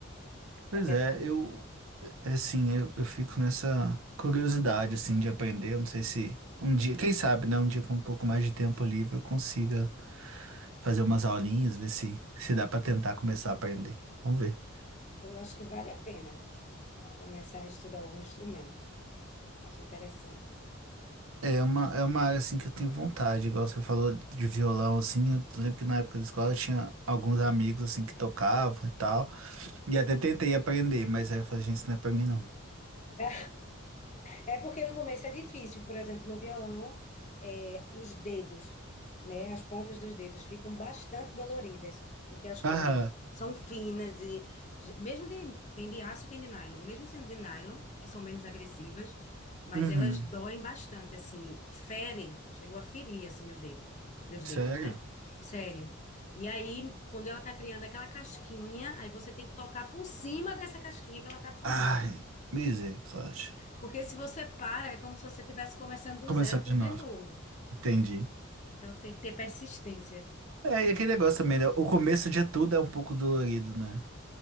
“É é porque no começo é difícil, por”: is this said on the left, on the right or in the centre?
Left